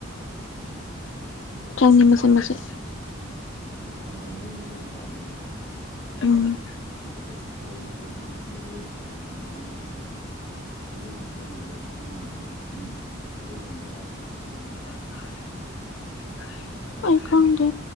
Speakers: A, on the left (about 20°); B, on the left (about 70°).
A: <unintelligible>
B: ꯆꯪꯉꯦ ꯃꯆꯤꯠ ꯃꯆꯤꯠ
A: ꯑꯗꯣ ꯁꯪꯉꯝ <unintelligible> ꯑꯈꯣꯢꯄꯥꯟꯗꯣꯏꯁꯤꯀꯣ
B: ꯎꯝ
A: ꯑꯗꯨꯗ ꯂꯧꯖꯦ ꯑꯗꯨꯝ ꯂꯧ ꯌꯩꯕ ꯍꯧꯔꯛꯄꯗꯗꯤ ꯂꯧꯖꯦ ꯐꯧꯁꯦ ꯑꯗꯨꯝ ꯍꯣꯡꯕꯅꯦꯕ ꯆꯦꯡ ꯕꯦꯛ <unintelligible> ꯕꯣꯔꯥꯗ ꯀ꯭ꯌꯥ ꯄꯤꯅꯕꯅꯣ ꯈꯪ
B: <unintelligible> ꯑꯩ ꯈꯪꯗꯦ